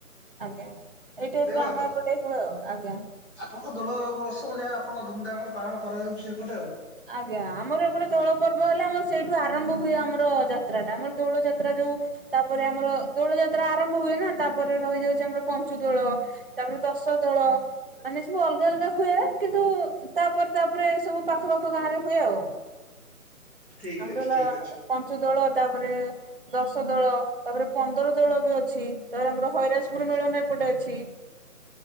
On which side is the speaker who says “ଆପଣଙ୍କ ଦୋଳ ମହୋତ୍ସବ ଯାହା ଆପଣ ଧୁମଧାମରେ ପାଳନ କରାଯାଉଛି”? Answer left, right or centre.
Centre